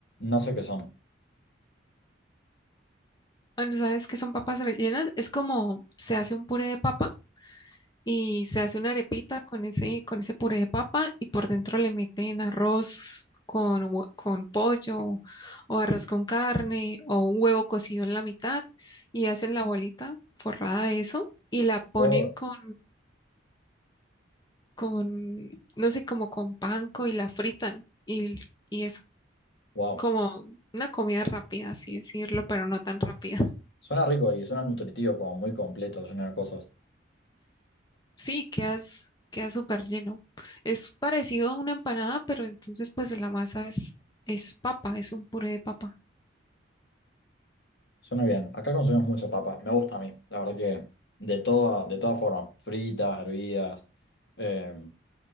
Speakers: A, on the left; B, on the left.
A: No sé qué son.
B: Ah, ¿no sabes qué son papas rellenas? Es como se hace un puré de papa y se hace una arepita con ese, con ese puré de papa y por dentro le meten arroz con, hue- con pollo o arroz con carne o un huevo cocido en la mitad y hacen la bolita forrada de eso y la ponen
A: Oh,
B: con con, no sé, como con panko y la fritan y, y es
A: wow.
B: como una comida rápida, así decirlo, pero no tan rápida. <laughs>
A: Suena rico y suena nutritivo, como muy completo, lleno de cosas.
B: Sí, quedas, queda súper lleno. Es parecido a una empanada, pero entonces pues la masa es, es papa, es un puré de papa.
A: Suena bien. Acá consumimos mucha papa. Me gusta a mí. La verdad que de toda, de toda forma. Fritas, hervidas, eh,